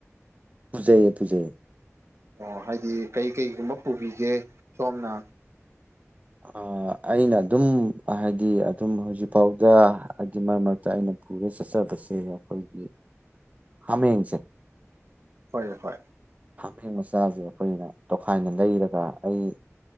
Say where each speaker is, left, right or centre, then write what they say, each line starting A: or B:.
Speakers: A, on the right; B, on the right.
A: ꯄꯨꯨꯖꯩꯌꯦ ꯄꯨꯖꯩꯌꯦ꯫
B: ꯑꯣ ꯍꯥꯏꯗꯤ ꯀꯩ ꯀꯩꯒꯨꯝꯕ ꯄꯨꯕꯤꯒꯦ ꯁꯣꯝꯅ꯫
A: ꯑ ꯑꯩꯅ ꯑꯗꯨꯝ ꯍꯥꯏꯗꯤ ꯑꯗꯨꯝ ꯍꯧꯖꯤꯛꯐꯥꯎꯗ ꯍꯥꯏꯗꯤ ꯃꯔꯛ ꯃꯔꯛ ꯇ ꯑꯩꯅ ꯄꯨꯔ ꯆꯠꯆꯕꯁꯦ ꯑꯈꯣꯏꯒꯤ ꯍꯥꯃꯦꯡꯁꯦ꯫
B: ꯍꯣꯏ ꯍꯣꯏ꯫
A: ꯍꯥꯃꯦꯡ ꯃꯆꯥꯖꯦ ꯑꯈꯣꯏꯅ ꯇꯣꯈꯥꯏꯅ ꯂꯩꯔꯒ ꯑꯩ